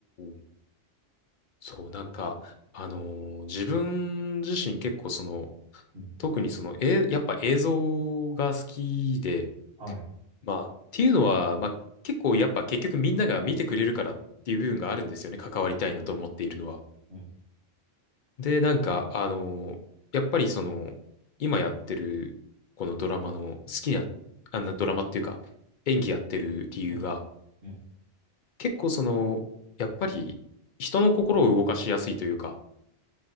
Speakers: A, on the left; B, on the right.
A: ー。そう、なんか、あのー自分自身結構その、
B: うん。
A: 特にその、え、やっぱ映像が好きで、
B: はい。
A: まあ、っていうのは、まあ、結構やっぱ結局みんなが見てくれるからっていう部分があるんですよね。関わりたいなと思っているのは。
B: うん、
A: で、なんか、あのーやっぱりその、今やってる、このドラマの好きな、あんなドラマっていうか、演技やってる理由が、
B: うん、うん、
A: 結構その、やっぱり人の心を動かしやすいというか、